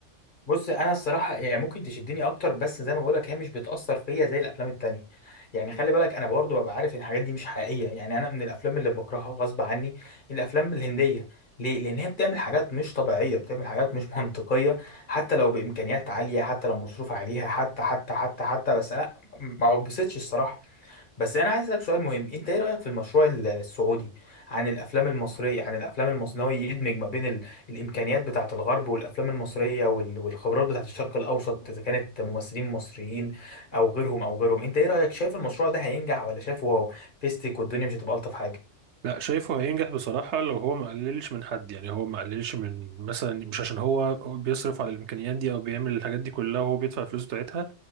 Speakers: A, on the left; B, on the right.
A: بص انا الصراحه يعني ممكن تشدني اكتر بس زي ما بقولك هي مش بتاثر فيا زي الافلام التانية يعني خلي بالك انا برضو ببقى عارف ان الحاجات دي مش حقيقيه يعني انا من الافلام اللي بكرهها غصب عني الافلام الهنديه ليه لان هي بتعمل حاجات مش طبيعيه بتعمل حاجات مش <laughs> منطقيه حتى لو بامكانيات عاليه حتى لو مصروف عليها حتى حتى حتى حتى بس لا ما بتبسطش الصراحه بس انا عايز اسالك سؤال مهم انت ايه رايك في المشروع ال- السعودي عن الافلام المصريه عن الافلام المصريه إن هو يدمج ما بين ال... الامكانيات بتاعه الغرب والافلام المصريه وال... والخبرات بتاعه الشرق الاوسط اذا كانت ممثلين مصريين او غيرهم او غيرهم انت ايه رايك شايف المشروع ده هينجح ولا شايفه هو فيستك والدنيا مش هتبقى الطف حاجه
B: لا شايفه هينجح بصراحة لو هو ما قللش من حد يعني هو ما قللش من مثلا مش عشان هو بيصرف على الإمكانيات دي أو بيعمل الحاجات دي كلها وهو بيدفع الفلوس بتاعتها